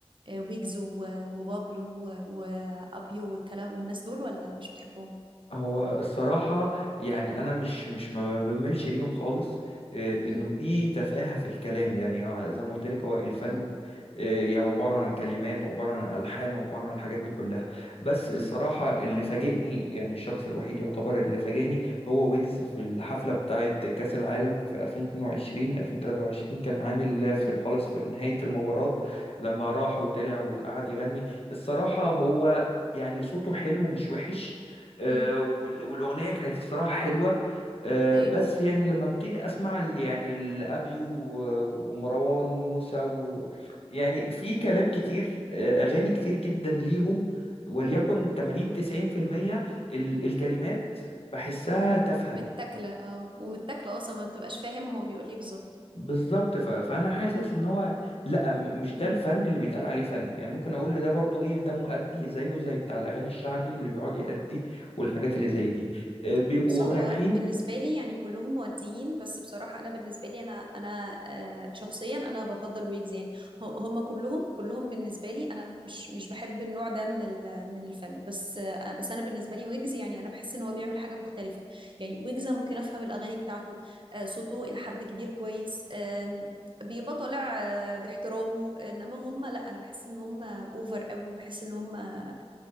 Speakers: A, on the right; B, on the left.
A: آه، ويجز و- وبابلو و- وأبيو والكلام والناس دول ولا مش بتحبهم؟
B: هو الصراحة يعني أنا مش مش ما بملش ليهم خالص آه،
A: مم.
B: إنه في تفاهة في الكلام يعني آه، زي ما قلت لك هو الفن
A: مم.
B: آه، يعني عبارة عن كلمات وعبارة عن ألحان وعبارة عن الحاجات دي كلها بس
A: مم.
B: الصراحة اللي فاجئني يعني الشخص الوحيد يعتبر اللي فاجئني هو ويجز في الحفلة بتاعة كأس العالم في 2022 2023 كان عامل في
A: مم.
B: خلاص في نهاية المباراة لما راح وطلع وقعد يغني الصراحة هو يعني صوته حلو مش وحش آه،
A: مم.
B: وال- والاغنيه كانت الصراحه حلوه آه،
A: أيوه
B: بس يعني لما ابتدي اسمع ال- يعني الابيو و- ومروان موسى و يعني في كلام كتير آه، اغاني كتير جدا ليهم وليكن
A: مم.
B: 80 90% ال- الكلمات بحسها
A: مم.
B: تافهه
A: متاكله اه ومتاكله اصلا ما بتبقاش فاهم هو بيقول ايه بالظبط
B: بالظبط ف... فانا حاسس ان هو لا م- مش
A: مم.
B: ده الفن اللي بيتقال عليه فن يعني ممكن اقول له ده برضو ايه ده مؤدي زيه زي بتاع الاغاني الشعبي اللي بيقعد يأدي والحاجات اللي
A: مم.
B: زي دي آه، بيبقوا
A: بص هو
B: ناجحين
A: بالنسبة لي يعني كلهم مؤديين بس بصراحة أنا بالنسبة لي أنا أنا آه، شخصيا أنا بفضل ويجز يعني ه- هم كلهم كلهم بالنسبة لي أنا مش مش بحب النوع ده من ال- من الفن بس آه، بس أنا بالنسبة لي ويجز يعني أنا بحس إن هو بيعمل حاجة مختلفة يعني ويجز أنا ممكن أفهم الأغاني بتاعته آه، صوته إلى حد كبير كويس آم، بيبقى طالع آه، باحترامه انما هم لا انا بحس ان هم اوفر قوي وبحس ان هم آه،